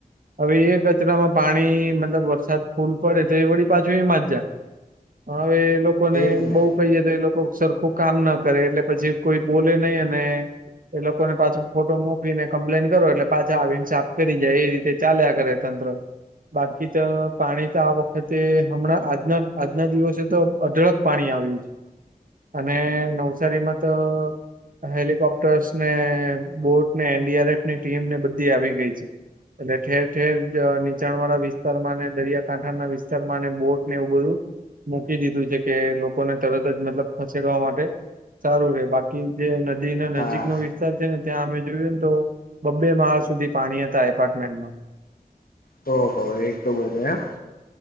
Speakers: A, on the right; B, on the left.
A: અવે. રસ્તામાં પાણી, મતલબ વરસાદ ફૂલ પડે તો એ વળી પાછું એમાં જ જાય. હવે લોકો લોકોને
B: એજ ને
A: બહુ કહીએ, તો એ લોકો સરખું કામ ના કરે, એટલે પછી કોઈ બોલે નહી. એ લોકોને પાછું ફોટો મોકલીને કમ્પ્લેન કરો, એટલે પાછા આઇન્સાફ કરી જાય. એ રીતે ચાલ્યા કરે. તંત્ર. બાકી તો પાણી તો આ વખતે, હમણાં આજના આજના દિવસે તો અઢળક. પાણી આવ્યું છે, અને નવસારીમાં તો. હેલિકોપ્ટર્સ ને બોટ ને, એનડી. આર. એફ ની ટીમને બધી આવી ગઈ છે. અને ઠેર-ઠેર. નીચાણ વાળા વિસ્તારમાં અને દરિયાકાંઠાના વિસ્તારમાં અને બોટ ને એવું બધું. મૂકી દીધું છે, કે લોકોને તરત જ મતલબ, ખસેડવા માટે. સારું રે, બાકી જે નદી ના
B: હા
A: નજીક નો વિસ્તાર છે ને, ત્યાં અમે જોયું ને, તો બબ્બે માળ સુધી પાણી હતા, એપાર્ટમેન્ટમાં.
B: ઓહ, એ તો બધું એમ.